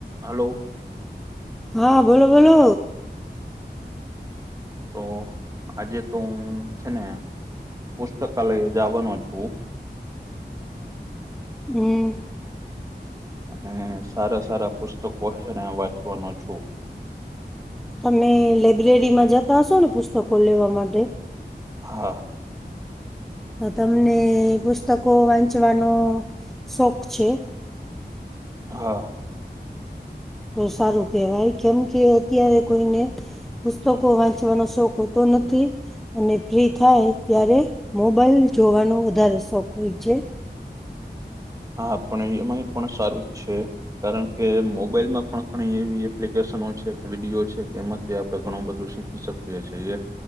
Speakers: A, on the right; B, in the centre.
A: હલો
B: હા બોલો બોલો
A: તો આજે તો હું છે ને પુસ્તકાલય જવાનો છું.
B: હમ.
A: અને સારા સારા પુસ્તકો હ વાંચવાનો છું.
B: તમે લઇબ્રેરીમાં જતા હશો ને પુસ્તકો લેવા માટે
A: હા.
B: તમને પુસ્તકો વાંચવાનો શોખ છે.
A: હા.
B: તો સારું કેહેવાય કેમ કે અત્યારે કોઈને પુસ્તકો વાંચવાનો શોખ હોતો નથી. અને ફ્રી થાય ત્યારે મોબાઈલ જોવાનો વધારે શોખ હોય છે.
A: હા પણ એમાંય પણ સારું જ છે. કારણ કે મોબાઈલ માં પણ ઘણી એવી એપ્લિકેશનો છે વિડીયો છે કેમ આપણે ઘણું બધું શીખી શકીએ છીએ